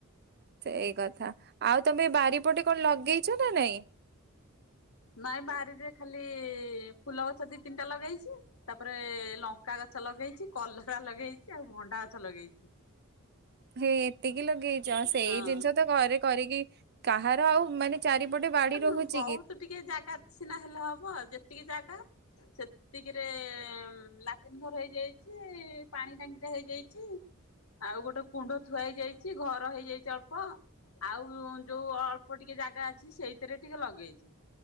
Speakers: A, on the right; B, on the left.
A: ସେଇ କଥା ଆଉ ତମେ ବାରିପଟେ କଣ ଲଗେଇଛ ନା ନାଇଁ?
B: ନାଇଁ ବାରିରେ ଖାଲି ଫୁଲ ଗଛ ଦି ତିନିଟା ଲଗେଇଛି। ତାପରେ ଲଙ୍କା ଗଛ ଲଗେଇଛି କଲରା ଲଗେଇଛି ଆଉ ଭଣ୍ଡା ଗଛ ଲଗେଇଛି।
A: ହେ ଏତିକି ଲଗେଇଛ ସେଇ
B: ହଁ
A: ଜିନିଷ ତ ଘରେ କରିକି କାହାର ଆଉ ମାନେ ଚାରିପଟେ ବାଡ଼ି
B: ମାନେ
A: ରହୁଛି
B: ବହୁତ
A: କି?
B: ଟିକେ ଜାଗା ସିନା ହେଲେ ହବ ଯେତିକି ଜାଗା ସେତ୍ ତିକିରେ ଲାଟିନ ଘର ହେଇଯାଇଛି ପାଣି ଟାଙ୍କି ଟା ହେଇଯାଇଛି। ଆଉ ଗୋଟେ କୁଣ୍ଡ ଥୁଆ ହେଇଯାଇଛି ଘର ହେଇଯାଇଛି ଅଳ୍ପ। ଆଉ ଯୋଉ ଅଳ୍ପ ଟିକେ ଜାଗା ଅଛି ସେଇଥିରେ ଟିକେ ଲଗେଇଛି।